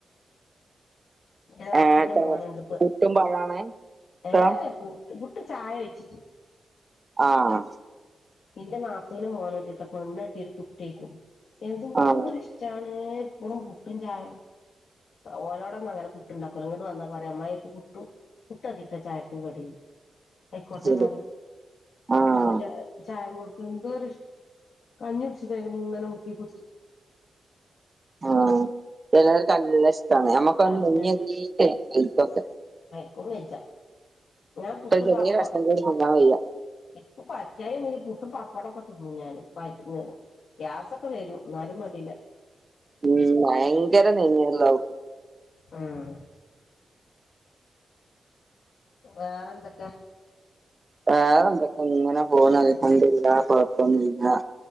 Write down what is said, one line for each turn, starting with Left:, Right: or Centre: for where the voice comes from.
Left: ന്റെ നാത്തുന്റെ
Right: ഏഹ് ചെ
Left: മോന്ണ്ട് ഇപ്പ
Right: പുട്ടും പഴാണ് ഇഷ്ടം
Left: ഏ പുട്ട് ചായ ഒഴിച്ച്.
Right: ആഹ്
Left: ന്റെ നാത്തൂന്റെ മോന്ണ്ട്ട്ടോ. പെണ്ണട്ടി ഒരു കുട്ടിയായിക്ക്ണു എന്തൊരുഷ്ടാണ്
Right: ആഹ്
Left: ഇപ്പളും പുട്ടും ചായിം. ഓലോടൊന്നും അങ്ങനെ പുട്ടുണ്ടാക്കൂല്ല. ങ്ങട്ട് വന്നാ പറയാ അമ്മായി ക്ക് പുട്ടും പുട്ട് അതിട്ടോ ചായക്ക് കടി ആയിക്കോട്ടെ
Right: ശരി
Left: ന്നാൽ
Right: ആഹ്
Left: പുട്ടും ചായ - ചായം കൊടുക്കും എന്തോഷ്ട കഞ്ഞി കുടിച്ചണ തിരി ഇങ്ങനെ മുക്കി കുടിച്ചു.
Right: ആഹ് ചെലോൽക്ക് ല്ല ഇഷ്
Left: അങ്ങനെ
Right: <unintelligible> <unintelligible>
Left: <unintelligible> ഞാൻ പുട്ടും
Right: ചെറിയ
Left: പപ്പം
Right: കഷ്ണം കൂടി തിന്നാൻ വയ്യ
Left: പ്പോ പറ്റായി പുട്ടും പപ്- പ്പടൊക്കെ തിന്നും ഞാന് <unintelligible> ഗ്യാസൊക്കെ വരും ന്നാലും മാണ്ടില്ല.
Right: ഉം ഭയങ്കര നെയ്യൊള്ളു
Left: ഉം വേറെന്തൊക്കെ
Right: വേറെ എന്തൊക്കെ ഇങ്ങനെ പോണു അൽഹംദുലില്ലാഹ് കൊഴപ്പൊന്നുല്ല.